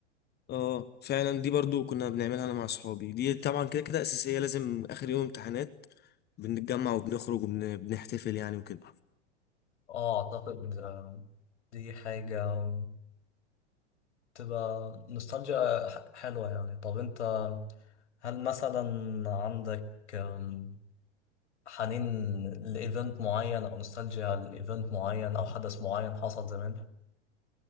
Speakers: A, on the left (about 30°); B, on the left (about 75°).
A: اه فعلا دي برضو كنا بنعملها انا مع صحابي دي طبعا كده كده اساسيه لازم اخر يوم امتحانات بنتجمع وبنخرج وبنحتفل يعني وكده
B: اه أعتقد آه، دي حاجة تبقى نوستالجيا ح- حلوة يعني طب أنت هل مثلا عندك آم، حنين لإيفنت معين أو نوستالجيا لإيفنت معين أو حدث معين حصل زمان؟